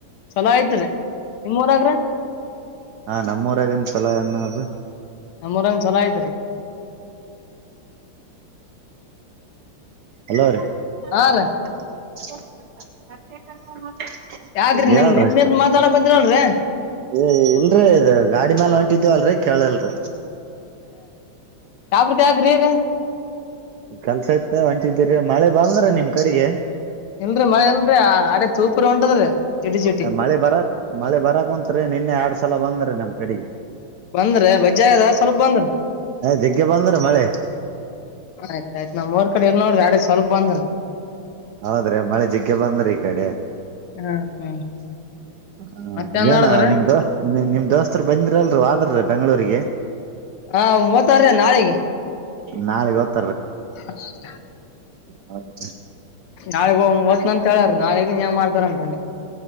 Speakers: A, on the left; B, on the right.
A: ಚಲೋ ಆಯ್ತ್ರಿ ನಿಮ್ಮ ಊರಾಗ್ರಿ
B: ಹಾ ನಮ್ಮೂರಗನ್ ಚಛಲೋ ಅನ್ನೋದು
A: ನಮ್ಮರಂಗ ಚಲೋ ಇದಐತಾರೆ
B: ಹಲೋ ರೀ
A: ಹ ರ
B: <unintelligible>
A: ಯಾಕ್ರಿ
B: ಹೇಳ್ರೀ
A: ನಿನ್ ನಿಂತ್ ನಿಂತ್ ಮಾತಾಡಕಂತೀರಲ್ರಿ
B: ಏ ಇಲ್ರೀ ಇ ಗಾಡಿ ಮೇಾಲ ಹೊಂಟಿದವಲ್ರಿ ಕೇಳಲ್ರಿ
A: ಶಹಪುರ್ ಯಾಕೆ ರೀ ಈಗ
B: ಕೆಲ್ಸ ಇತ್ತ ಹೊಂಟಿದ್ದೀರಿ ಮಳೆ ಬಾಲ್ನರ ನಿಮ್ ಕಡೆಗೆ
A: ಇಲ್ರರಿ ಮಳ ಇಲ್ರರಿ ಅಡ ಸೂಪರಿ ಹೊಂಟದ್ರಿ ಜುಟಿ ಜುಟಿ
B: ಮಳೆ ಬರಕ್ ಮಳೆ ಬರಕ್ ಕುಂತ್ರಿ ನಿನ್ನೆ ಎಡ್ ಸಲ ಬಂದ್ರೆ ನಮ್ ಕಡೆ
A: ಬಂದ್ರಿ ವಜ್ಜಾ ಇದ ಸ್ವಲ್ಪ ಬಂದ್ರಿ
B: ಜಗ್ಗೆ ಬಂದ್ರ ಮಳೆ
A: ಆಯ್ತ ಆಯ್ತ್ ನಮ್ಮೂರು ಕಡೆ ಎಲ್ಲಿ ನೋಡ್ರಿ ಅಡ ಸ್ವಲ್ಪ ಬಂದ್ರರಿ
B: ಹೌದ್ರೆ ಮಳೆ ಜಿಗ್ಗೆ ಬಂದ್ರಿ ಈ ಕಡೆ
A: ಹ್ಮ್ ಹ್ಮ್
B: ಹ
A: ಮತ್ತೇನ್
B: ಏನ
A: ನಡದ್ರಿ
B: ನಿಮ್ ದೋ ನಿಮ್ ದೋಸ್ತರು ಬಂದಿರಲ್ರು ಒದ್ರ ಬೆಂಗ್ಗಳೂರಿಗೆ
A: ಹಾ ಮೂ ಒತ್ತವರ್ರಿ ನಾಳೆಗೆ
B: ನಾಳೆ ಗೊತ್ತು
A: ಹಾ ರೀ
B: ಹೌ ರಿ
A: ನಾಳಗ್ ಹ ಓತ್ನಿ ಅಂತ ಹೇಳಾರ ನಾಳಗ ನೀಏನ್ ಮಾಡ್ತಾರನ್ರ